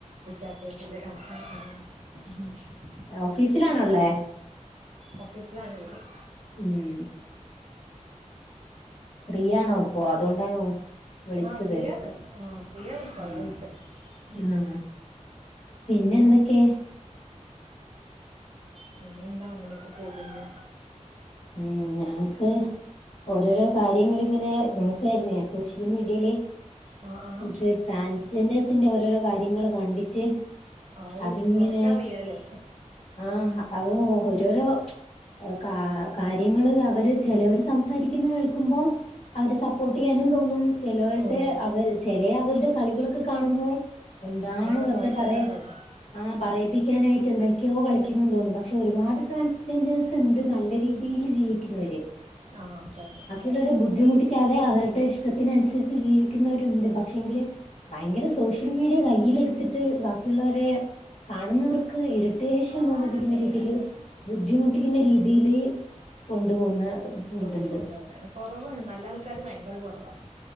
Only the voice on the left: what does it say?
ഓഫീസിലാണോ ഇള്ളെ
ഉം ഫ്രീ ആണോ അപ്പോ അതുകൊണ്ടാണോ വിളിച്ചത്
ഉം
ആഹ് പിന്നെ എന്തൊക്കെ
ഉം ഞാനക്ക് ഓരോരോ കാര്യങ്ങള ഇങ്ങനെ നോ ക്കായിരുന്ന സോഷ്യൽ മീഡിയയില്
ഇത് ട്രാൻസ്ജെൻഡേഴ്സിന്റെ ഓരോരോ കാര്യങ്ങള്ൾ കണ്ടിട്ട്
അതിങ്ങനെ
ആഹ് അത് ഓരോരോ കാ കാര്യങ്ങള് അവര് ചിലവര് സംസാരിക്കുന്ന കേൾക്കുമ്പോം അവരെ സപ്പോർട്ട് ചെയ്യാനും തോന്നും ചിലവരുടെ
അവർ ചെല അവരുടെ കളികളൊക്കെ കാണുമ്പോൾ എന്താണ്
വെറുതെ
പറയ
ആഹ പറയപ്പിക്കാനായിട്ട് എന്തൊക്കെയോ കളിക്കുന്നുണ്ടോ ന്ന് തോന്നുന്നു പക്ഷെ ഒരുപാട് ട്രാൻസ്ജെൻഡേഴ്സ് ഉണ്ട് നല്ല രീതി രീയില് ജീവിക്കുന്നവര്
ഇരെ ബുദ്ധിമുട്ടിക്കാതെ അവരുടെ ഇഷ്ടത്തിനനുസരിച്ച് ജീവിക്കുന്നവരുണ്ട് പക്ഷെങ്കില് ഭയങ്കര സോഷ്യൽ മീഡിയ കയ്യിലെടുത്തിട്ട് ബാക്കിയുള്ളവരെ കാണുന്നവർക്ക് ഇരു അത്യാവശ്യം
തോന്നിപ്പിക്കുന്ന
രീതിൽ
ബുദ്ധിമുട്ടിക്കുന്ന രീതിയില് കൊണ്ടുപോകുന്ന
ഇതുണ്ട്